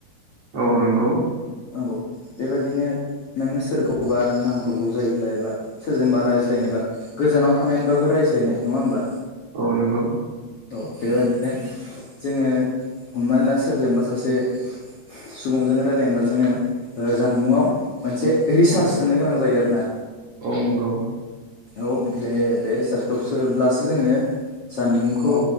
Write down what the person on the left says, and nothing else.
औ । बेबादिनो नोंङो सोरखौबा नामखौ बुजायोब्ला एबा सोरजोंबा रायज्लायनाय- जेनबा गोजानाव थानानै बाबो रायज्लायनाय नङा होमबा?
औ बेबायदिनो जोङो हमनानै ला सोरजोंबा सासे सुबुंजों रायलायनोबा जोङो जानबुंआव मोनसे रिसार्च
सोनो गोनां जायो आरोना।
औ बे बे रिसार्टखौ सोब्लासो जोङो जानबुंखौ